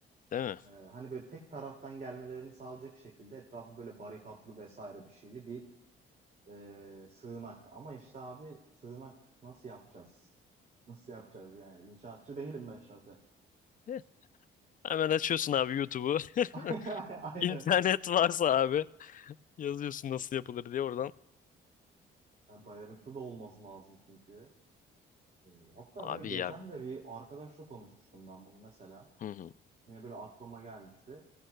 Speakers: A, on the left; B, on the right.
A: Değil mi?
B: e, hani böyle tek taraftan gelmelerini sağlayacak şekilde etrafı böyle barikatlı vesaire bir şeyli bir e, sığınak. Ama işte abi sığınak nasıl yapacağız? Nasıl yapacağız yani? İnşaatçı değilim ben şahsen.
A: Heh. Hemen açıyorsun abi YouTube'u.
B: <laughs>
A: <laughs>
B: Aynen.
A: İnternet varsa abi yazıyorsun nasıl yapılır diye oradan.
B: Yani dayanıklı da olması lazım çünkü. E, Hatta
A: Abi
B: böyle geçen
A: ya.
B: de bir arkadaşla konuşmuştum ben bunu mesela.
A: Hı hı.
B: Yine böyle aklıma gelmişti.